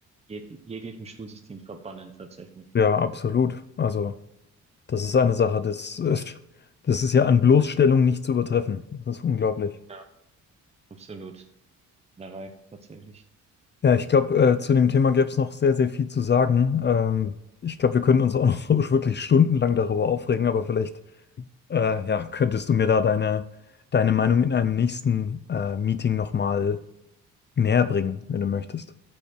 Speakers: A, on the right; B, on the left.
A: jeg jeglichem Schulsystem verbannen, tatsächlich.
B: Ja, absolut. Also, das ist eine Sache, das, <laughs> äh, das ist ja an Bloßstellung nicht zu übertreffen. Das ist unglaublich.
A: Ja, absolut. Narei, tatsächlich.
B: Ja, ich glaube, äh, zu dem Thema gäbe es noch sehr, sehr viel zu sagen. Ähm, ich glaube, wir können uns auch noch <laughs> wirklich stundenlang darüber aufregen, aber vielleicht Äh, ja, könntest du mir da deine, deine Meinung in einem nächsten äh, Meeting nochmal näher bringen, wenn du möchtest?